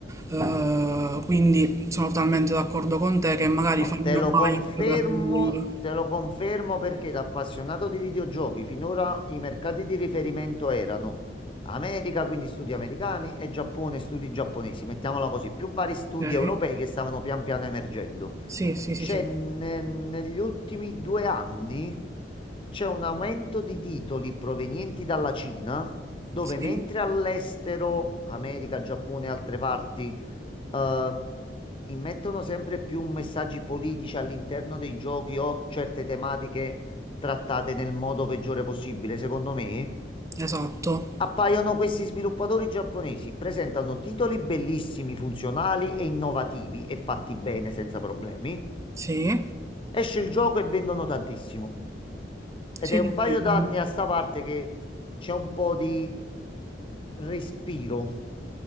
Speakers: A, on the right (about 15°); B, on the left (about 30°).
A: eh, quindi sono totalmente d'accordo con te che magari
B: No,
A: fanno
B: te lo
A: hype
B: confermo,
A: per...
B: te lo confermo perché da appassionato di videogiochi finora i mercati di riferimento erano America, quindi studi americani, e Giappone, studi giapponesi, mettiamola così, più vari studi
A: Ok.
B: europei che stavano pian piano emergendo.
A: Sì, sì,
B: C'è
A: sì, sì.
B: ne- negli ultimi due anni c'è un aumento di titoli provenienti dalla Cina, dove
A: Sì,
B: mentre all'estero, America, Giappone e altre parti, eh, immettono sempre più messaggi politici all'interno dei giochi o certe tematiche trattate nel modo peggiore possibile, secondo me. s-
A: esatto.
B: Appaiono questi sviluppatori giapponesi, presentano titoli bellissimi, funzionali e innovativi e fatti bene senza problemi.
A: Sì.
B: Esce il gioco e vendono tantissimo. Ed
A: Sì,
B: è
A: sì,
B: un paio
A: sì. mm.
B: d'anni a sta parte che c'è un po' di respiro.